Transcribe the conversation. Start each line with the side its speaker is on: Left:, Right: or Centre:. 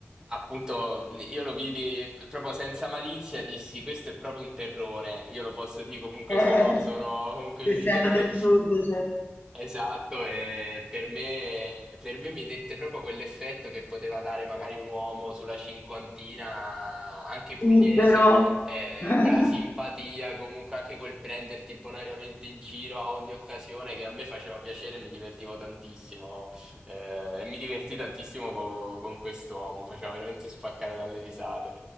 Right: appunto io lo vidi proprio senza malizia, dissi questo è proprio un terrone, io lo posso dire comunque
Left: <laughs> Eh,
Right: sono, sono comunque
Left: Se
Right: meridionale.
Left: essendo del sud c'è
Right: Esatto, e per me, per me mi dette proprio quell'effetto che poteva dare magari un uomo sulla cinquantina, anche pugliese,
Left: burbero,
Right: eh,
Left: <laughs>
Right: quella simpatia, comunque anche quel prenderti bonariamente in giro a ogni occasione che a me faceva piacere, e mi divertivo tantissimo eh, e mi divertì tantissimo co- con quest'uomo, faceva veramente spaccare dalle risate.